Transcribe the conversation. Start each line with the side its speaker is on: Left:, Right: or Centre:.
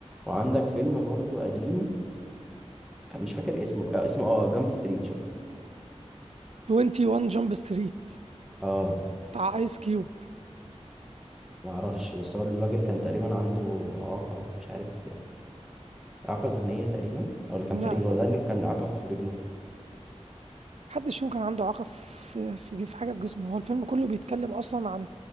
Centre: وعندك فيلم برضو قديم كان مش فاكر اسمه آه اسمه اه جامب ستريت شفته
Right: 21 جامب ستريت
Centre: اه
Right: بتاع ايس كيوب
Centre: معرفش بس هو الراجل كان تقريبا عنده إعاقة مش عارف إعاقة ذهنية تقريبا ولا كان
Right: لا
Centre: في رجله
Right: لا
Centre: ولا ده اللي كان إعاقة في رجله
Right: محدش يمكن عنده اعاقه في في في حاجه في جسمه هو الفيلم كله بيتكلم اصلا عن